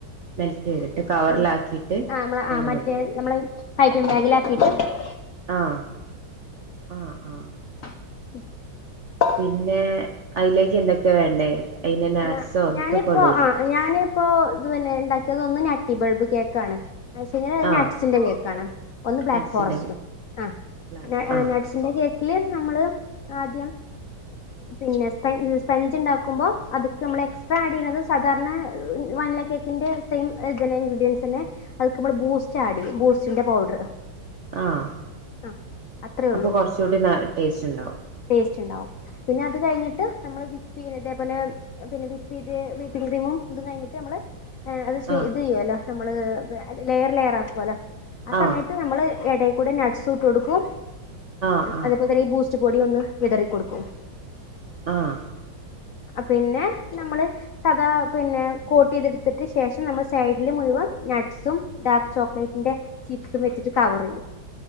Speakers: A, on the right (about 65°); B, on the left (about 75°).
A: മെൽറ്റ് ചെയ്തിട്ട് കവറിലാക്കിയിട്ട്
B: ആ ആ നമ്മളെ ആ
A: അങ്ങനെ
B: മറ്റേ
A: എഴുതും
B: നമ്മളെ പൈപ്പിം ബാഗിലാക്കിട്ട് <unintelligible>
A: ആഹആഹ ആഹ
B: <inaudible>
A: പിന്നെ അയിലേക്ക് എന്തൊക്കെയ വേണ്ടേ അയിന് നാട്സോ
B: ഞാ
A: എത്തൊക്കെ
B: ഞാനിപ്പോ
A: ഇടുലേ
B: ആഹ് ഞാനിപ്പോ ഇത് പിന്നെ ഉണ്ടാക്കിയത് ഒന്ന് ഞട്ടിബൾബ് കേക്കാണ് മറ്റേത് ആനട്ട്സിന്റെ
A: ആഹ്
B: കേൾക്കാണ് ഒന്ന് ബ്ലാക്ക്
A: നട്സിന്റെ
B: ഫോറസ്റ്റ് ആ
A: ബ്ലാക്ക് ആഹ്
B: നട്സ് എന്റെ കേക്കില് നമ്മള് ആദ്യം പിന്നെ സ്പ സ്പഞ്ച് ഉണ്ടാക്കുമ്പോ അത്‌ ക്ക്നമ്മള് എക്സ്ട്രാ
A: ആഹ്
B: ആഡ്ചെയുന്നത് സാധാരണ വനില കേക്കിന്റെ സെയിം ഇൻഗ്രീഡിയൻസ് തന്നെ അത് ക്ക് നമ്മൾ ബൂസ്റ്റ്
A: ആഹ്
B: ആഡ് ചെയ്യും ബൂസ്റ്റിന്റെ പൗഡർ
A: ആഹ
B: ആ അത്രേ
A: അപ്പൊ
B: ഉള്ളൂ
A: കുറച്ചുകൂടി ടേസ്റ്റ് ഉണ്ടാവും
B: ടേസ്റ്റ് ഉണ്ടാവും പിന്നെ അത് കഴിഞ്ഞിട്ട് നമ്മള് വിപ്പ്‌ ചെയ്തേപോലെ പിന്നെ വിപ്പി വിപ്പിംഗ് ക്രീമും ഇതും കഴിഞ്ഞിട്ട് നമ്മള് അത്ഏകദേശം
A: ആഹ്
B: ഇത്ചെയ്യുവല്ലോ നമ്മള് ലെയർ ലെയർ ആക്കുവല്ലോ ആ
A: ആഹ്
B: സമയത്ത് നമ്മള് എടെ കൂടെ നട്ട്സു ഇട്ട്കൊടുക്കും
A: ആഹ് ആഹ്
B: അതെപ്പോലെ ഈ ബുസ്റ്റ് ബുസ്റ്റ്പൊടി ഒന്ന് വിതറിക്കൊടുക്കും
A: ആഹ
B: പിന്നെ നമ്മള് സധാ പിന്നെ കോട്ട് ചെയ്തെടുത്തിട്ടു ശേഷം നമ്മൾ സൈഡിൽ മുഴുവൻ നട്ട്സും ഡാർക്ക് ചോക്ലേറ്റിന്റെ ചിപ്സുംവെച്ചിട്ട് കവർ ചെയ്യും